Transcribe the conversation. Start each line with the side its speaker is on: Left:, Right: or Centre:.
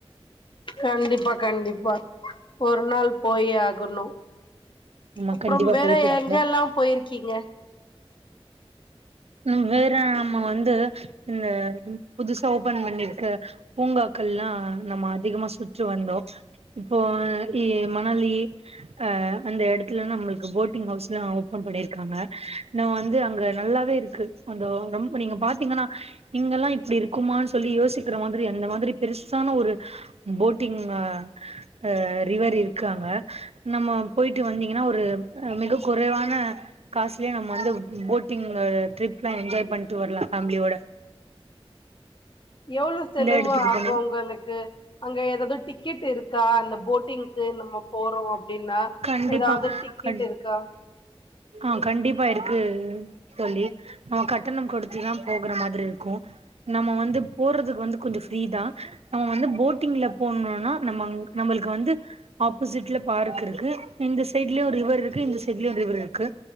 Left: கண்டிப்பா கண்டிப்பா, ஒரு நாள் போயே ஆகணு,
Right: ஆமா
Left: அப்றோ
Right: கண்டிப்பா
Left: வேற
Right: போயிட்டு வாங்க
Left: எங்க எல்லா போயிருக்கீங்க
Right: ம் வேற நம்ம வந்து இந்த புதுசா ஓபன் பண்ணிருக்க பூங்காக்கள்லா நம்ம அதிகமா சுற்று வந்தோ இப்போ இ மணலி அ அந்த எடத்துல நம்மளுக்கு போட்டிங் ஹவுஸ்லா ஓபன் பண்ணிருக்காங்க நம்ம வந்து அங்க நல்லாவே இரு க்கு அது ரொம்ப நீங்க பாத்தீங்கனா இங்கெல்லா இப்டி இருக்குமானு சொல்லி யோசிக்கிற மாதிரி அந்த மாதிரி பெருசான ஒரு போட்டிங் ஆ அ ரிவர் இருக்கு அங்க நம்ம போயிட்டு வந்தீங்னா ஒரு மிக குறைவான காசுலயே நம்ம வந்து போட்டிங்கு ட்ரிப்லா என்ஜாய் பண்ட்டு வரலா ஃபேமிலியோட
Left: எவ்ளோ செலவு
Right: இந்த எடத்துக்கு
Left: ஆகு
Right: போனு
Left: உங்களுக்கு அங்க எதாவது டிக்கெட் இருக்கா அந்த போட்டிங்க்கு நம்ம போறோ அப்டின்னா
Right: கண்டிப்பா
Left: ஏதாவது டிக்கெட்
Right: கண்
Left: இருக்கா
Right: ஆ கண்டிப்பா இருக்கு தோழி நம்ம கட்டணம் குடுத்துதா போகுற மாதிரி இருக்கு நம்ம வந்து போறதுக்கு வந்து கொஞ்சோ ஃப்ரீதா நம்ம வந்து போட்டிங்ல போணுனா நம்ம நம்மளுக்கு வந்து ஆப்போசிட்ல பார்க் இருக் கு இந்த சைடுலயு ஒரு ரிவர் இருக்கு இந்த சைடுலயு ஒரு ரிவர் இருக்கு